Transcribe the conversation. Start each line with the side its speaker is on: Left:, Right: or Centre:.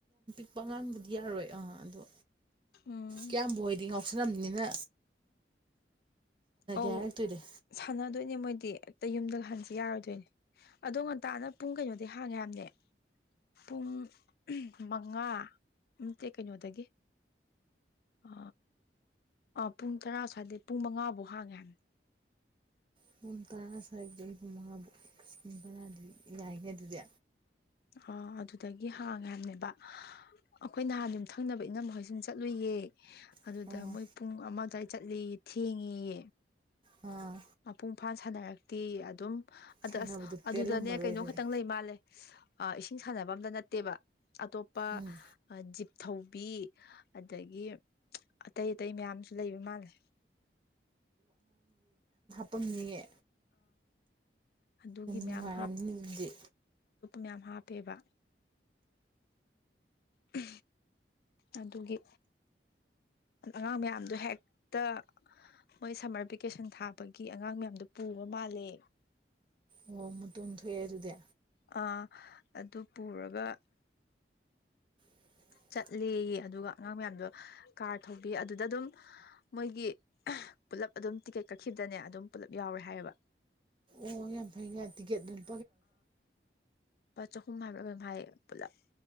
Right: ꯂꯄꯉꯥꯡꯕꯨꯗꯤ ꯌꯥꯔꯔꯣꯏ ꯑꯥ ꯑꯗꯣ
Left: ꯎꯝ
Right: ꯀꯌꯥꯝꯕꯨ ꯍꯗꯤ ꯉꯥꯎꯁꯂꯝꯝꯅꯤꯅꯤꯅ
Left: ꯑꯧ
Right: ꯍꯥꯏꯔꯛꯇꯣꯏꯅꯦ
Left: ꯁꯥꯟꯅꯗꯣꯏ ꯅꯦ ꯃꯣꯏꯗꯤꯛꯇ ꯌꯨꯝꯗ ꯍꯟꯁꯤ ꯌꯥꯔꯣꯏꯗꯣꯏꯅꯦ ꯑꯗꯣ ꯉꯟꯇꯥꯅ ꯄꯨꯡ ꯀꯩꯅꯣꯗꯤꯩ ꯍꯥꯡꯉꯦ ꯌꯥꯝꯅꯦ ꯄꯨꯡ ꯃꯉꯥ ꯇꯦ ꯀꯩꯅꯣꯗꯒꯤ ꯑ ꯑ ꯄꯨꯡ ꯇꯔꯥ ꯁ꯭ꯋꯥꯏꯗꯩ ꯄꯨꯡ ꯃꯉꯥ ꯐꯧ ꯅꯨꯐꯥꯒꯟ
Right: ꯄꯨꯡ ꯇꯔꯥ ꯁꯗꯤ ꯌꯥꯏꯅꯦꯦ ꯑꯗꯨꯗꯤ
Left: ꯑ ꯑꯗꯨꯗꯒꯤ ꯍꯥꯡꯉ ꯍꯥꯏꯕꯅꯦꯕ ꯑꯩꯈꯣꯏ ꯅꯍꯥꯟ ꯑꯗꯨꯝ ꯊꯪꯅꯕ ꯏꯅꯝ ꯃꯈꯩ ꯁꯨꯝ ꯆꯠꯂꯨꯏꯌꯦ ꯑꯗꯨꯗ
Right: ꯑꯥ
Left: ꯃꯣꯏ ꯄꯨꯡ ꯑꯃ ꯑ ꯑꯗꯨꯋꯥꯏ ꯆꯠꯂꯤ ꯊꯦꯡꯉ
Right: ꯑꯥ
Left: ꯃꯄꯨꯡ ꯐꯥꯅ ꯁꯥꯟꯅꯔꯛꯇꯤ ꯑꯗꯨꯝ ꯑꯗ
Right: ꯁꯥꯟꯅꯕꯗꯣ
Left: ꯑꯁ ꯑꯗꯨꯗꯅꯦ
Right: ꯄꯦꯜꯂꯝꯃꯔꯣꯏ
Left: ꯀꯩꯅꯣ
Right: ꯑꯗꯨꯗꯤ
Left: ꯈꯛꯇꯪ ꯂꯩ ꯃꯥꯜꯂꯦ ꯏꯁꯤꯡ ꯁꯥꯟꯅꯕ ꯑꯝꯇ ꯅꯠꯇꯦꯕ ꯑꯇꯣꯞꯄ
Right: ꯎꯝ
Left: ꯖꯤꯞ ꯊꯧꯕꯤ ꯑꯗꯒꯤ ꯑꯇꯩ ꯑꯇꯩ ꯃꯌꯥꯝꯁꯨ ꯂꯩꯕ ꯃꯥꯜꯂꯦ
Right: ꯄꯨꯨꯡꯉꯦ
Left: ꯑꯗꯨꯒꯤ ꯃꯌꯥꯝ
Right: ꯅꯨꯡꯉꯥꯏꯔꯝꯅꯤ ꯑꯗꯨꯗꯤ
Left: ꯃꯌꯥꯝ ꯍꯥꯞꯄꯦꯕ ꯎ ꯑꯗꯨꯒꯤ ꯑꯉꯥꯡ ꯃꯌꯥꯝꯗꯣ ꯍꯦꯛꯇ ꯃꯣꯏ ꯁꯝꯃꯔ ꯚꯦꯀꯦꯁꯟ ꯊꯥꯕꯒꯤ ꯑꯉꯥꯡ ꯃꯌꯥꯝꯗꯣ ꯄꯨ ꯃꯥꯂꯦ
Right: ꯑꯣ ꯃꯇꯣꯟ ꯊꯣꯛꯑꯦ ꯑꯗꯨꯗꯤ
Left: ꯑꯥ ꯑꯗꯨ ꯄꯨꯔꯒ
Right: <inaudible>
Left: ꯆꯠꯂꯦ ꯑꯗꯨꯒ ꯑꯉꯥꯡ ꯃꯌꯥꯝꯗꯣ ꯀꯥꯔ ꯊꯧꯕꯤ ꯑꯗꯨꯗ ꯑꯗꯨꯝ ꯃꯣꯏꯒꯤ ꯄꯨꯜꯂꯞ ꯑꯗꯨꯝ ꯇꯤꯀꯦꯠ ꯀꯛꯈꯤꯕꯗꯅꯦ ꯑꯗꯨꯝ ꯄꯨꯂꯞ ꯌꯥꯎꯔꯦ ꯍꯥꯏꯌꯦꯕ
Right: ꯑꯣ ꯌꯥꯝ ꯐꯩ ꯉꯥꯏ ꯇꯤꯀꯦꯠ ꯑꯗꯨꯅꯤ
Left: ꯑ ꯆꯍꯨꯝ ꯍꯥꯏꯕ ꯍꯥꯏꯥꯏꯌꯦ ꯄꯨꯂꯞ